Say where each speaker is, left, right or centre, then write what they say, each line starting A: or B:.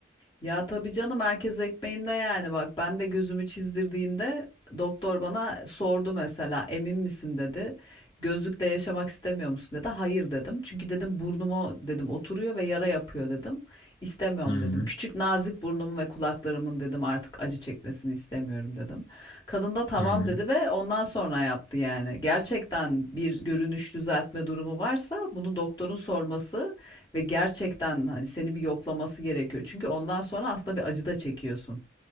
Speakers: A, on the left (about 20°); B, on the left (about 70°).
A: Ya tabii canım herkes ekmeğinde yani bak ben de gözümü çizdirdiğimde doktor bana sordu mesela emin misin dedi. Gözlükle yaşamak istemiyor musun dedi. Hayır dedim. Çünkü dedim burnumu dedim oturuyor ve yara yapıyor dedim. İstemiyorum
B: Hı hı.
A: dedim. Küçük nazik burnumun ve kulaklarımın dedim artık acı çekmesini istemiyorum dedim. Kadın da tamam
B: Hı hı.
A: dedi ve ondan sonra yaptı yani. Gerçekten bir görünüş düzeltme durumu varsa bunu doktorun sorması ve gerçekten hani seni bir yoklaması gerekiyor. Çünkü ondan sonra aslında bir acı da çekiyorsun.